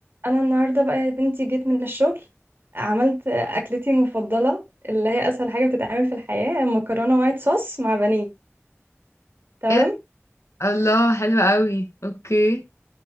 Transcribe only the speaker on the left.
ايه ده؟ الله حلو قوي اوكي